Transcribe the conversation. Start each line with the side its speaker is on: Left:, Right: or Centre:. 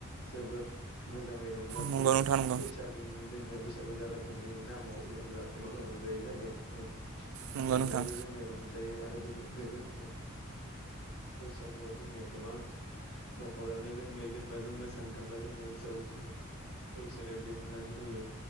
Left: जोबोद मोजाङै रंजाफैयो
Right: नंगौ नोंथां नंगौ
Left: बैसा सागुनि जोंनिया बैसागु जागायजेननाय नामाव जेनेबा गोबां रंजायो नालाय औ
Right: नंगौ
Left: बेवहायबो
Right: नोंथां
Left: जोंनिया दं जायो आरो बेनि अनगायैबो जोंनिया बैसागुआव जोंनिया गोबां न'खरानो जोंनि जेनेबा जों मोसानो थांब्ला जोंनो जौ सेरेब जौ सेरेब दिहुननानै होयो